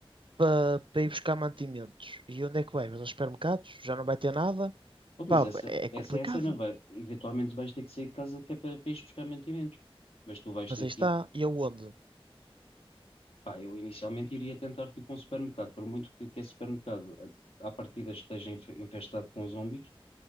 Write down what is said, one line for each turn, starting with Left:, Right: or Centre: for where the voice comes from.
Right: para ir buscar mantimentos. E onde é que vais? Vais aos supermercados? Já não vai ter nada?
Left: Pô,
Right: Pá,
Left: mas essa,
Right: é é complicado.
Left: essa é a cena, vai, eventualmente vais ter que sair de casa que é para, para ires buscar mantimentos. Mas tu vais
Right: Mas
Left: ter
Right: aí
Left: que
Right: está,
Left: ir,
Right: e aonde?
Left: pá, eu inicialmente iria tentar tipo um supermercado, por muito que, que esse supermercado a- à partida esteja inf- infestado com zombies,